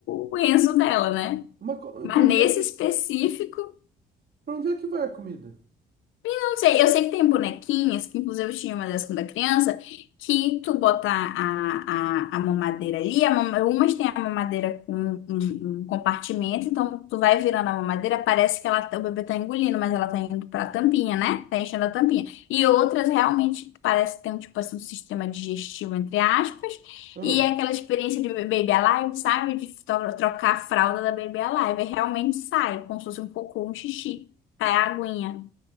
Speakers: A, on the left; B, on the right.
A: pro Enzo dela, né?
B: Mas co-
A: Mas
B: pra onde
A: nesse
B: é que,
A: específico,
B: para onde é que vai a comida?
A: não sei, eu sei que tem bonequinhas, que inclusive eu tinha uma dessas quando era criança, que tu botar a, a, a mamadeira ali, a mama, umas tem a mamadeira com um, um um compartimento, então tu vai virando a mamadeira, parece que ela, tá- o bebê tá engolindo, mas ela tá indo pra tampinha, né? Tá enchendo a tampinha. E outras realmente parece que tem um tipo assim, um sistema digestivo, entre aspas,
B: Hã?
A: e é aquela experiência de Baby Alive, sabe? De to- trocar a fralda da Baby Alive, e realmente sai, como se fosse um cocô, um xixi, sai a aguinha.